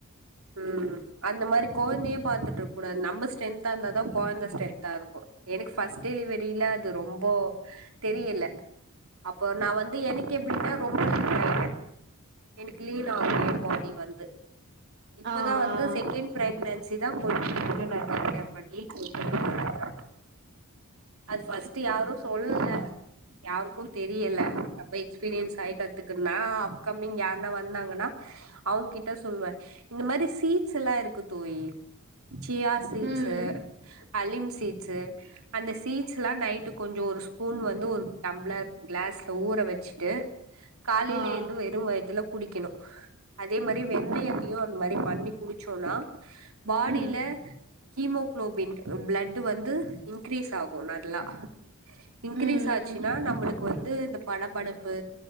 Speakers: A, on the right (about 70°); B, on the right (about 50°).
A: ம் அந்த மாரி கொழந்தையே பாத்துட்டு இருக்கூடாது நம்ம ஸ்ட்ரென்தா இருந்தாதா கொழந்த ஸ்ட்ரென்தா இருக் கு ஃபஸ்ட் டெலிவரியில அது ரொம்ப தெரியில அப்போ நா வந்து எனக்கு எப்டினா ரொம்ப லீன் ஆய்ட்ட எனக் லீன் ஆகு எ பாடி வந்து இப்பதா
B: ஆ ஆ.
A: வந்து செகண்ட் ப்ரெக்னன்சி தா கொஞ்சோ கேர் பண்ணி கேர் பண்ணி <inaudible> அது ஃபஸ்ட்டு யாரு சொல்லல யாருக்கு தெரியல அப்ப எக்ஸ்பீரியன்ஸ் ஆயி கத்துக்குன்னா அப்கம்மிங் யாருனா வந்தாங்கன்னா அவங்கிட்ட சொல்லுவே இந்த மாரி சீட்ஸ் எல்லா இருக்கு தோழி சியா சீட்ஸ்சு
B: ம்.
A: அலிம் சீட்ஸ்சு அந்த சீட்ஸ்லா நைட்டு கொஞ்சோ ஒரு ஸ்பூன் வந்து ஒரு டம்ளர் க்ளாஸ்ல ஊற வெச்சுட்டு காலேல
B: ஆ.
A: ஏந்து வெறு வயத்துல குடிக்கணு அதே மாரி வெந்தயத்தி தியு அந்த மாரி பண்ணி குடிச்சோனா பாடில
B: ம்.
A: ஹீமோகுளோபின் பிளட் வந்து இன்க்ரீஸ் ஆகு நல்லா இன்கிரீஸ்
B: ம்
A: ஆச்சுனா
B: ம்.
A: நம்முளுக்கு வந்து இந்த படபடப்பு